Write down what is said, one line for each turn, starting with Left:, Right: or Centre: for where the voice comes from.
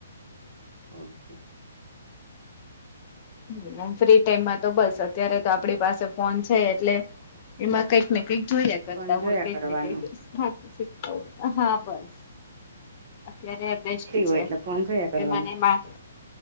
Right: ઓકે.
Left: <unintelligible> ટ્રેનમાં તો બસ અત્યારે તો આપણી પાસે ફોન છે એટલે એમાં કંઈક ને કંઈક જોઈએ. કરતા
Right: ફોન જોયા
Left: હોય કઈક
Right: કરવાનું
Left: ને કઈક ખાતા હોય હા બસ. અત્યારે બેસ્ટી
Right: ફ્રી હોય
Left: છે
Right: એટલે ફોન જોયા કરવાનું
Left: એમા ને એમા.